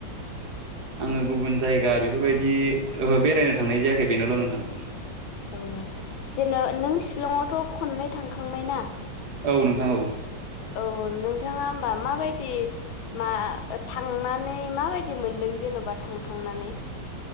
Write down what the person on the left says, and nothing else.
औ जेन' नों शिलंआवथ' खननै थांखांबायना
औ नोंथाङा होमबा माबायदि मा थांनानै माबायदि मोनदों जेन'बा थांखांनानै